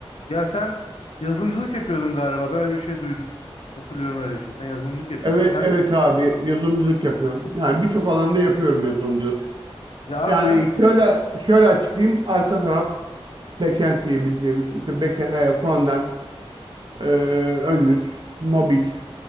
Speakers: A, on the left (about 70°); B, on the right (about 50°).
A: Ya sen yazılımcılık yapıyordun galiba. Ben öyle bir şey duydum. Hatırlıyorum öyle bir şey. Sen yazılımcılık yapıyordun.
B: Evet,
A: Ben
B: evet abi yazılımcılık yapıyorum. Yani birçok alanda yapıyorum yazılımcılık.
A: ya abi
B: Yani
A: ben
B: şöyle şöyle açıklayayım. Arka taraf backend diyebileceğimiz işte backend, e, frontend, e, ön yüz, mobil